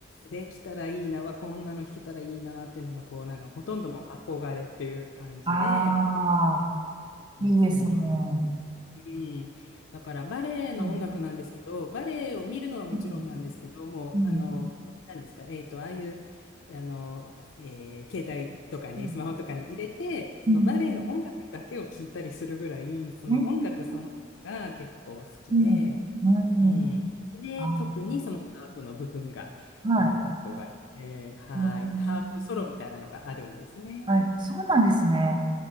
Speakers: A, on the left; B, on the right.
A: できたらいいな、わこんなの弾けたらいいなっていうのが、こう、なんかほとんどもう憧れっていう感じで、
B: ああ
A: うん、
B: ーいいですねう
A: そうなんです。うん、だからバレエの音楽なんですけど、
B: ん
A: バレエを見るのはもちろんなんですけど、
B: うん
A: もう、
B: うん
A: あの、なんですか、えっと、ああいう、あの、えー携帯とかに、
B: うん
A: スマホとかに入れて、そのバレエの音楽だけを聞いたりするぐらい、
B: うん
A: その音楽そのものが結構好きで、
B: えーうんうんはい
A: うん。で、
B: あー
A: 特にそのハープの部分が、
B: はい。
A: もう憧れて、はい。
B: うん
A: ハープソロみたいなのがあるんですね。
B: はい、そうなんですね。